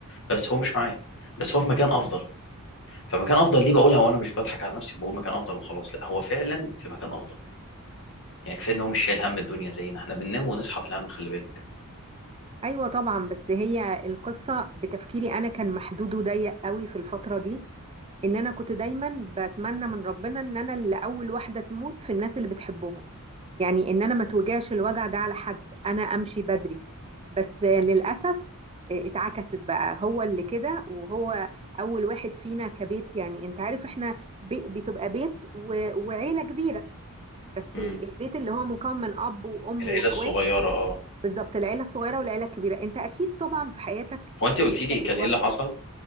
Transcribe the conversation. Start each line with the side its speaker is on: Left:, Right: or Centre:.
Left: بس هو مش معايا بس هو في مكان افضل فمكان افضل دي بقولها وانا مش بضحك على نفسي بقول مكان افضل وخلاص لا هو فعلا في مكان افضل يعني كفايه ان هو مش شايل هم الدنيا زينا احنا بننام ونصحى في الهم خلي بالك
Right: ايوه طبعا بس هي القصه بتفكيري انا كان محدود وضيق قوي في الفتره دي ان انا كنت دايما بتمنى من ربنا ان انا اللي اول واحده تموت في الناس اللي بتحبهم يعني ان انا ما توجعش الوجع ده على حد انا امشي بدري بس للاسف آه، اتعكست بقى هو اللي كده وهو اول واحد فينا كبيت يعني انت عارف احنا بي- بتبقى بيت و- وعيله كبيره بس
Left: امم
Right: ال- البيت اللي هو مكون من اب وام
Left: العيله
Right: واخوات
Left: الصغيره اه
Right: بالظبط العيله الصغيره والعيله الكبيره انت اكيد طبعا في حياتك
Left: هو انت قلتي
Right: جدك
Left: لي كان
Right: اتوفى
Left: ايه اللي حصل